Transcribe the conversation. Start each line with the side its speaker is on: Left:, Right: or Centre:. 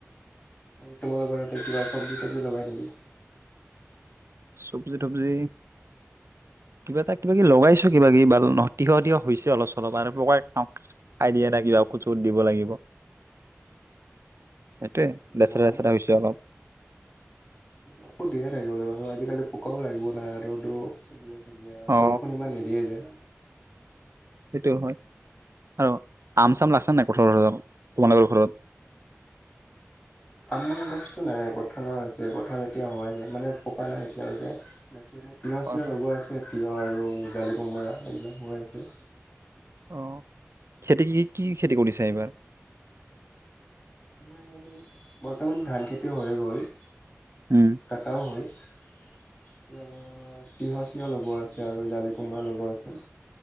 Left: ন তোমালোকৰ ততে কিবা চব্জি তব্জি লগাই নেকি?
Right: চবজি তবজি কিবা এটা কিবা কি লগাইছো কিবা কি বা তিয়হ তিয়হ হৈছে অলপ চলপ আৰু প্ৰকাৰ খাই দিয়ে নাই কিবা ঔুখদ দিব লাগিব সেইটোৱে বেচৰা
Left: গৰম
Right: লেচৰা হৈছে অলপ
Left: আকৌ দিয়ে থাকিব লাগিব আৰু আজিকালি পোকও লাগিব নাই ৰ'দো দিয় গতিকে আৰু
Right: অ
Left: বৰষুণ ইমান নিদিয়ে যে
Right: সেইটো হয় আৰু আমচ নাই কঁঠাল যথাল তোমালোকৰ ঘৰত
Left: আমৰ গছতটো নাই কঠালৰ আছে কঠাল এতিয়া হোৱাই নাই মানে পকা নাই এতিয়ালৈকে এনে তিয়হ
Right: হয়
Left: চিয়হ
Right: হয়
Left: লগোৱা আছে এটি তিয়হ আৰু জালি কোমৰা এইবিলাক হৈ আছে
Right: আহ খেতি কি কি খেতি কৰিছে এইবাৰ?
Left: আমাৰ ইয়াতে বৰ্তমান ধান খেতি হৈ গ'ল। অ'
Right: উম
Left: কটাও হয় তীয়হ চিয়হ লগোৱা আছে আৰু জালি কোমৰা লগোৱা আছে।